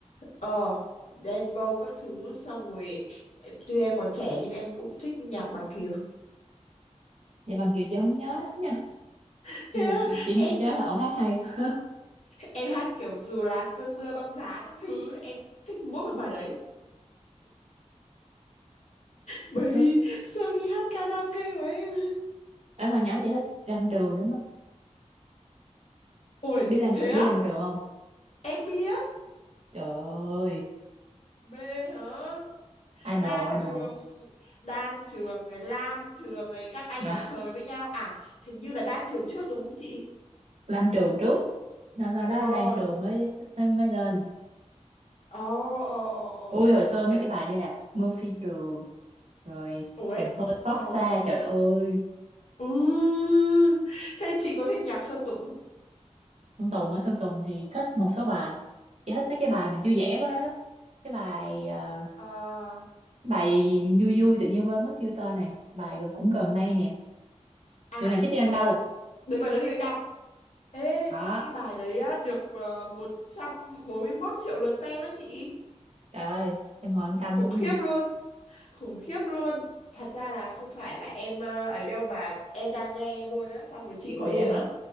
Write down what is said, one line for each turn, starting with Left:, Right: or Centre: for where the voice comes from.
Left: ờ Đen Vâu các thứ xong rồi em- tuy em còn trẻ nhưng em cũng thích nhạc bằng kiều
Right: vậy bằng kiều chị không nhớ lắm nha
Left: <laughs>
Right: nhưng
Left: Thế
Right: mà
Left: á,
Right: chị chị
Left: em
Right: chỉ nhớ là ông hát hay thôi
Left: em hát kiểu dù là cơn mưa băng giá các thứ em thích mỗi một bài đấy bởi
Right: hồi xưa
Left: vì Sony hát karaoke của em
Right: ở hồi nhỏ chị thích Lam Trường lắm á
Left: <laughs> ôi
Right: biết làm
Left: thế
Right: biết
Left: á
Right: Lam Trường không
Left: em biết
Right: Trời ơi
Left: mê hả
Right: idol
Left: Đan
Right: idol
Left: Trường Đan Trường rồi Lam Trường rồi các anh
Right: à,
Left: một thời với nhau à hình như là Đan Trường trước đúng không chị
Right: Lam Trường trước sau sau đó
Left: ờ
Right: Đan Trường mới mới, mới lên
Left: ờ ờ ờ ờ
Right: ui hồi xưa
Left: công
Right: mấy
Left: nhận
Right: cái bài như là Mưa phi trường rồi
Left: ủa ấy
Right: Tình thôi xót
Left: ờ
Right: xa trời đất ơi
Left: ừ. thế chị có thích nhạc Sơn Tùng không
Right: Sơn Tùng á Sơn Tùng thì thích một số bài chỉ thích mấy cái bài mình vui vẻ của nó đó cái bài à,
Left: Ờ,
Right: bài gì vui vui tự nhiên quên mất tiêu tên này bài gần cũng gần đây nè
Left: à
Right: đừng làm chết đi anh
Left: ờ,
Right: đâu
Left: đừng làm cái gì mình đau ê
Right: đó
Left: cái bài đấy á được ờ, một trăm bốn mươi 141 triệu lượt xem á chị
Right: trời ơi em ngồi em canh
Left: khủng
Right: đúng
Left: khiếp
Right: hả
Left: luôn khủng khiếp luôn thật ra là không phải là em ờ, ấy đâu mà em đang nghe luôn á xong rồi chị gọi
Right: vậy
Left: điện
Right: hả
Left: á